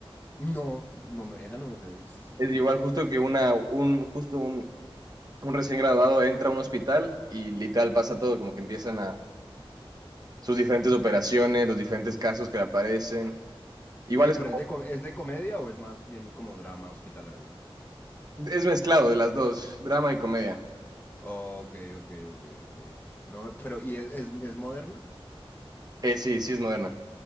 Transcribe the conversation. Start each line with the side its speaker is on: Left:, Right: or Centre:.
Left: no, no me- esa no me la he visto.
Right: Es igual justo que una, un, justo un, un recién graduado entra a un hospital y literal pasa todo, como que empiezan a sus diferentes operaciones, los diferentes casos que le aparecen. Igual
Left: Y, eh,
Right: es
Left: pero
Right: como,
Left: es de, com- ¿es de comedia o es más bien como drama hospitalario?
Right: es mezclado de las dos, drama y comedia.
Left: Ok, ok, ok, ok. No, pero, ¿y es, es, es moderna?
Right: Eh, sí, sí es moderna.